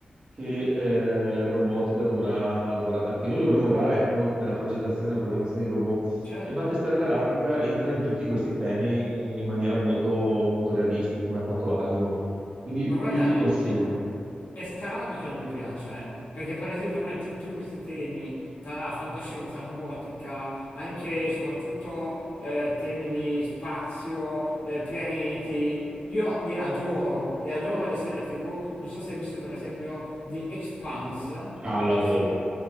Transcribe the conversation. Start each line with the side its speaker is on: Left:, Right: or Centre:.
Right: che eh, la robotica dovrà, dovrà da- che noi dovremmo dare quando- nella progettazione e nella programmazione di robot.
Left: certo.
Right: E Battlestar Galactica entra in tutti questi temi eh, in maniera molto, molto realistica, come ha fatto Asimov. Quindi
Left: Ma guarda,
Right: io ti
Left: è,
Right: consiglio.
Left: è- è strano che non mi piaccia, eh? Perché per esempio a me tutti questi temi tra fantascienza, robotica, anche e soprattutto eh, temi di spazio, eh, pianeti, io li adoro e adoro le serie TV. Non so se hai visto per esempio The Expanse.
Right: Ah, lo adoro.
Left: Sì.